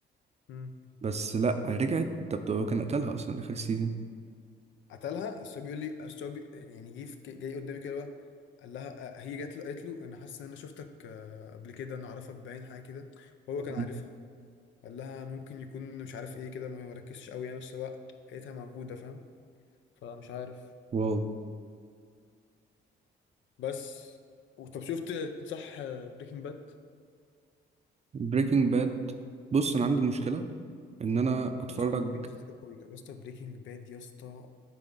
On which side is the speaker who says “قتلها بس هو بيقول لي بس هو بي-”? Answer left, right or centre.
Left